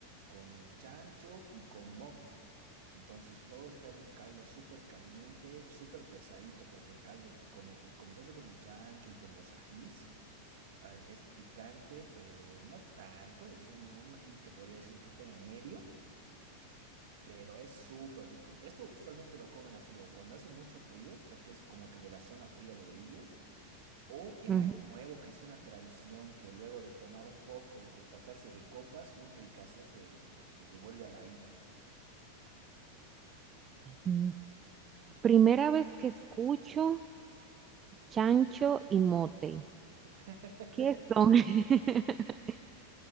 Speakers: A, on the right (about 55°); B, on the right (about 25°).
A: con el chancho y con mote. Entonces, todo está en un caldo súper caliente, súper pesadito, porque el caldo, es- con el- como se hace con el chancho y con los ajís, ah, es picante, pero no tanto. Es un, un ají que podría decir que está en el medio, pero es súper rico. Esto usualmente lo comen así, o cuando hace mucho frío, porque es como que de la zona fría de Bolivia. O en
B: Ujú.
A: Año Nuevo, que es una tradición que luego de tomar un poco o pasarse de copas, un fricasé te, te, te devuelve a la vida.
B: Mm. Primera vez que escucho chancho y mote.
A: <laughs>
B: ¿Qué son? <laughs>